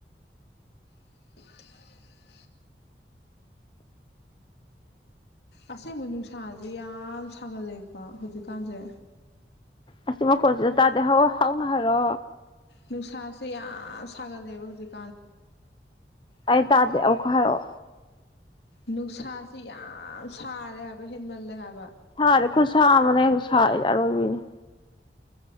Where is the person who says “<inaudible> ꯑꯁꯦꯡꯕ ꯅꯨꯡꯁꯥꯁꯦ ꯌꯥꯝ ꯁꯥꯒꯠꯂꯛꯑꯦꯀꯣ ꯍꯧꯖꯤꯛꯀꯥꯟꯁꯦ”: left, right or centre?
Left